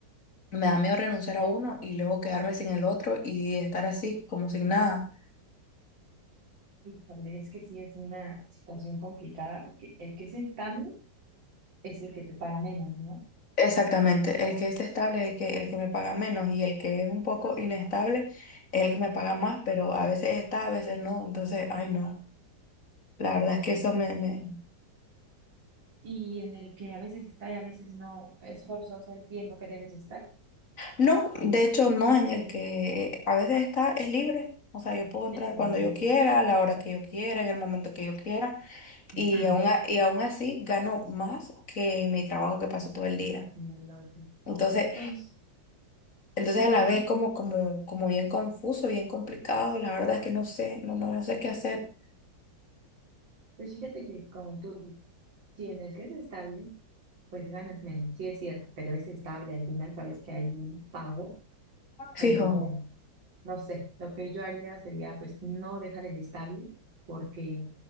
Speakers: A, on the left; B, on the right.
A: Me da miedo renunciar a uno y luego quedarme sin el otro y estar así como sin nada.
B: Y cuál es que sí es una situación complicada, porque el que es estable es el que te paga menos, ¿no?
A: Exactamente, el que es estable es el que, el que me paga menos y el que es un poco inestable es el que me paga más, pero a veces está, a veces no. Entonces, ay no, la verdad es que
B: Es-
A: eso me, me...
B: Y en el que a veces está y a veces no, es forzoso el tiempo que debes estar,
A: No, de hecho no, en el que a veces está es libre. O sea, yo puedo entrar
B: es libre.
A: cuando yo quiera, a la hora que yo quiera, en el momento que yo quiera
B: Ujú.
A: y aún, a- y aún así gano más que en mi trabajo que paso todo el día.
B: Y el otro.
A: Entonces,
B: Pues,
A: Entonces
B: ujú.
A: a la vez como, como, como bien confuso, bien complicado, la verdad es que no sé, no, no, no sé qué hacer.
B: Pues fíjate que como tú dices, Si en el que es estable, pues ganas menos. Sí, es cierto, pero es estable. Al final sabes que hay un pago. Eh,
A: Fijo.
B: no sé, lo que yo haría sería pues no dejar el estable, porque